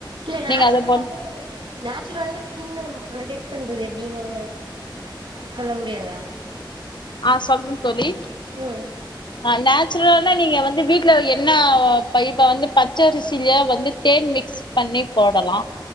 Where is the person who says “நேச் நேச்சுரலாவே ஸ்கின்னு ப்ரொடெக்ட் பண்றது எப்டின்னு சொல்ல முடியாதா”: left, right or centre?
Right